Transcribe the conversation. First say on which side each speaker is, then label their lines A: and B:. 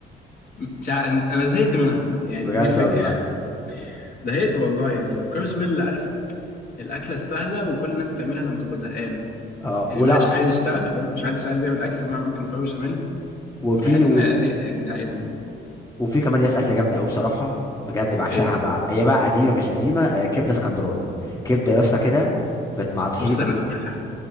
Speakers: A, on the left; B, on the left.
A: مش ع- انا زهقت منها يعني
B: بجد
A: دي الفكره
B: والله
A: <laughs> زهقت والله يعني المكرونه بشاميل عارف الاكله السهله وكل الناس بتعملها لما تبقى زهقانه
B: اه
A: يعني
B: ولا
A: ما حدش عايز يشتغل فاهم مش حدش عايز يعمل اكل فبيقوم يعمل ممكن مكرونه بشاميل
B: وفي
A: فبحس
B: و-
A: ان دي يعني هقتني
B: وفي كمان يا اسطى اكله جامده قوي بصراحه بجد بعشقها
A: ايه
B: بقى هي بقى قديمه مش قديمه آه كبده اسكندراني كبده يا اسطى كده فت- مع طحينه
A: بص انا دقتها